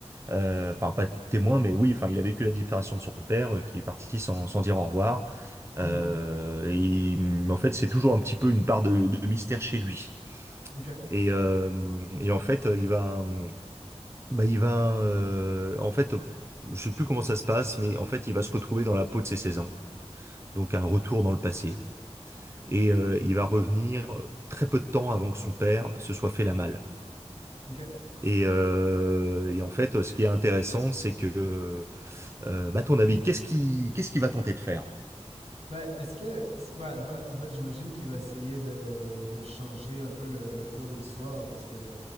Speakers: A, on the right (about 25°); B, on the right (about 65°).
A: Euh, Enfin, pas témoin, mais oui, enfin, il a vécu la disparition de son père euh, qui est parti sans, sans dire au revoir.
B: mhm.
A: Euh, et hum, en fait, c'est toujours un petit peu une part de, de mystère chez lui.
B: OK,
A: Et, euh, et en fait, il va, hum, bah, il va, euh, en fait, je sais plus comment ça se passe, mais en fait, il va se retrouver dans la peau de ses 16 ans, donc un retour dans le passé. Et euh, il va revenir très peu de temps avant que son père se soit fait la malle.
B: OK.
A: Et, euh, et en fait, ce qui est intéressant, c'est que, euh, bah, à ton avis, qu'est-ce qui, qu'est-ce qu'il va tenter de faire?
B: Ben, est-ce que... ben, en fait- en fait, j'imagine qu'il va essayer de, de changer un peu le, le cours de l'histoire, parce que